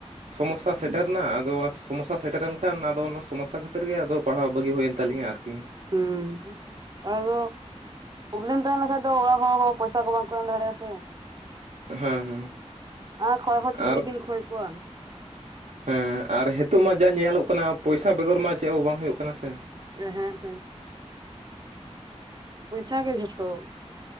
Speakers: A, on the right; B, on the right.
A: ᱥᱚᱢᱚᱥᱥᱟ ᱥᱮᱴᱮᱨᱨᱮ ᱮᱱᱟ ᱟᱫᱚ ᱚᱱᱟ ᱥᱚᱢᱚᱥᱥᱟ ᱥᱮᱴᱮᱨᱮᱱ ᱠᱷᱟᱱ ᱟᱫᱚ ᱚᱱᱟ ᱥᱚᱢᱚᱥᱥᱟ ᱠᱷᱟᱹᱛᱤᱨ ᱜᱮ ᱟᱫᱚ ᱯᱟᱲᱦᱟᱣ ᱵᱟᱹᱜᱤ ᱦᱩᱭᱮᱱ ᱛᱟᱞᱤᱧᱟ ᱟᱨᱠᱤ
B: ᱦᱩᱸ ᱟᱫᱚ ᱯᱨᱚᱵᱞᱮᱢ ᱛᱟᱦᱮᱸᱱ ᱠᱷᱟᱱ ᱫᱚ ᱚᱲᱟᱜ ᱦᱚᱲ ᱯᱚᱭᱥᱟ ᱠᱚ ᱵᱟᱝᱠᱚ ᱮᱢ ᱫᱟᱲᱮᱭᱟᱜᱼᱟ ᱥᱮ
A: ᱦᱮᱸ ᱦᱮᱸ
B: ᱟᱨ ᱠᱷᱚᱭ ᱦᱚᱸ ᱪᱤᱠᱟᱹᱛᱮᱵᱤᱱ
A: ᱟᱨ
B: ᱠᱷᱚᱭ ᱠᱚᱣᱟ
A: ᱦᱮᱸ ᱟᱨ ᱱᱤᱛᱳᱜ ᱢᱟ ᱡᱟ ᱧᱮᱞᱚᱜ ᱠᱟᱱᱟ ᱯᱚᱭᱥᱟ ᱵᱮᱜᱚᱨ ᱢᱟ ᱪᱮᱫ ᱦᱚᱸ ᱵᱟᱝ ᱦᱩᱭᱩᱜ ᱠᱟᱱᱟ ᱥᱮ
B: ᱦᱮᱸ ᱦᱮᱸ ᱯᱚᱭᱥᱟ ᱜᱮ ᱡᱷᱚᱛᱚ